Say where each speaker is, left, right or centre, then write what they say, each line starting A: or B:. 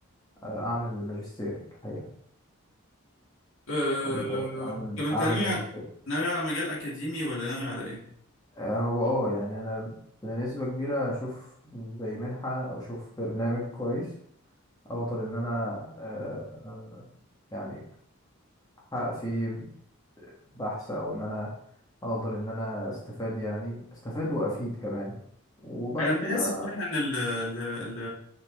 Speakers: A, on the left; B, on the left.
A: آه، اعمل ماجستير الحقيقة
B: آه،
A: الاول اعمل
B: طب انت
A: اعمل
B: ناوي
A: ماجستير
B: على ناوي على مجال اكاديمي ولا ناوي على ايه
A: آه، هو اه يعني انا بنسبة كبيرة اشوف زي منحة او اشوف برنامج كويس اقدر ان انا آه، يعني احقق فيه بحث او ان انا اقدر ان انا استفاد يعني استفاد وافيد كمان وبعد
B: انا بحس
A: كده
B: بصراحه ان ال ال ال